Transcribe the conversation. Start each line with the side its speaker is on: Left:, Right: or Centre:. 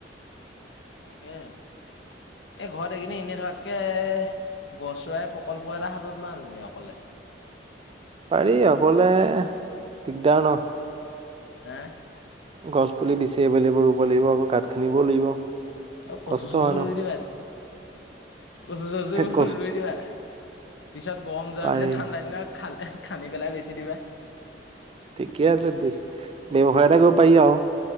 Left: তাকে এই ঘৰত এইকেদিন এনেই থাকে। তে, গছ ৰুৱায় প্ৰকল্প এটা হাতত লোৱা তুমি অকলে।
Right: পাৰি অকলে দিগদাৰ ন।
Left: হা
Right: গছ পুলি দিচে এভেললেবোৰ ৰুব লাগিব আকৌ গাঁত খান্দিবলৈ লাগিব।
Left: অ কচু
Right: কষ্ট
Left: চচু
Right: হয় ন
Left: ৰুই দিবা। কচু চচু
Right: কষ্ট
Left: ৰুই দিবা। পিছত গৰম যোৱাৰ
Right: পাৰি
Left: পিছত ঠাণ্ডা দিনা খাল খান্দি পেলাই বেছি দিবা।
Right: ঠিকে আছে ব্যৱসায় এটা কৰিব পাৰি আৰু।